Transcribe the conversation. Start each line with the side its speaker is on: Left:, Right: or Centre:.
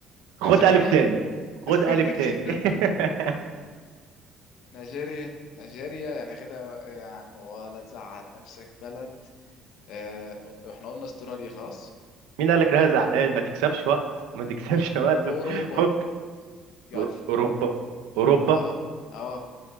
Left: نيجيريا
Right: خد ألف تاني خد
Left: <laughs>
Right: ألف تاني <laughs>
Left: نيجيريا نيجيريا يعني كده يعني ولا تزعل نفسك بلد آه، احنا قلنا استراليا خلاص
Right: مين قال لك انا زعلان ما تكسبش وقت ما تكسبش
Left: أو-
Right: وقت
Left: اوروبا
Right: فك
Left: يلا
Right: أور- أوروبا أوروبا
Left: اه اه